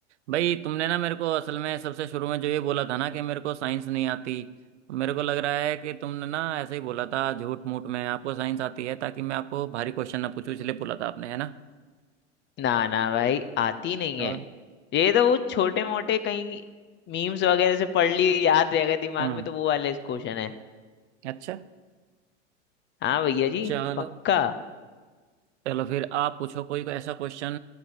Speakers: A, on the right (about 70°); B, on the left (about 30°).
A: भाई तुमने ना मेरे को असल में सबसे शुरू में जो ये बोला था ना कि मेरे को साइंस नहीं आती तो मेरे को लग रहा है कि तुमने ना ऐसे ही बोला था झूठ मूठ में आपको साइंस आती है ताकि मैं आपको भारी क्वेश्चन ना पूछूं इसलिए बोला था आपने है ना
B: ना ना भाई आती नहीं
A: और
B: है ये तो वो छोटे मोटे कहीं मीम्स वगैरह से पढ़ ली याद रह गए दिमाग
A: हम्म
B: में तो वो वाला क्वेश्चन है
A: अच्छा
B: हाँ भैया जी
A: चलो
B: पक्का
A: चलो फिर आप पूछो कोई ऐसा क्वेश्चन